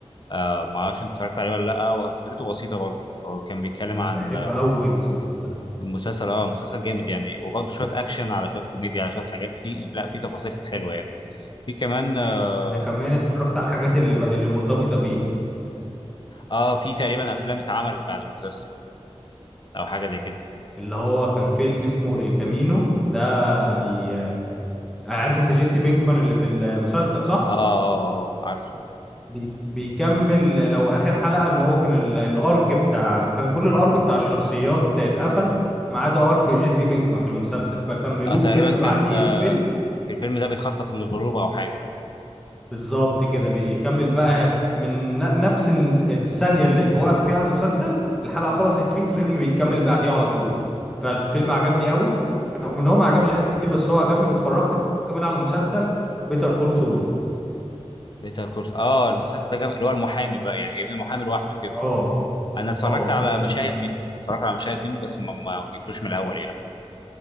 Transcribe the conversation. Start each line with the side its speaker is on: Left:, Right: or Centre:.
Left: آه ما اعرفش انت اتفرجت عليه ولا لا وفكرته بسيطه برضو هو كان بيتكلم
Centre: انا
Left: عن
Centre: بحب قوي المسلسل ده
Left: المسلسل اه مسلسل جامد يعني وبرضه شويه اكشن على شويه كوميديا على شويه حاجات في لا في تفاصيل حلوه يعني في كمان اه,
Centre: انا كمان اتفرجت على الحاجات اللي بقى اللي مرتبطه بيه
Left: آه في تقريبا افلام اتعملت بعد المسلسل او حاجه زي كده
Centre: اللي هو كان فيلم اسمه الكامينو ده بي عارف انت جيسي بينكمان اللي في المسلسل صح
Left: اه اه اه عارف
Centre: بي... بيكمل لو اخر حلقه اللي هو كان ال... الارك بتاع كان كل الارك بتاع الشخصيات اتقفل ما عدا ارك جيسي بينكمان في المسلسل فكملوه
Left: آه تقريبا
Centre: في فيلم
Left: كان
Centre: بعديه
Left: آه،
Centre: الفيلم
Left: في الفيلم ده بيخطط للهروب او حاجه
Centre: بالظبط كده بيكمل بقى من ن- نفس ال- الثانية اللي توقف فيها المسلسل الحلقة خلصت فيه الفيلم بيكمل بعديها على طول فالفيلم عجبني قوي رغم ان هو ما عجبش ناس كتير بس هو عجبني واتفرجت كمان على مسلسل بيتر كول سول
Left: بيتر كورس اه المسلسل ده جامد اللي هو المحامي بقى يعني جايبين المحامي لوحده كده
Centre: اه
Left: انا اتفرجت
Centre: اه مسلسل
Left: على مشاهد
Centre: جامد قوي
Left: منه اتفرجت على مشاهد منه بس ما ما جبتوش من الاول يعني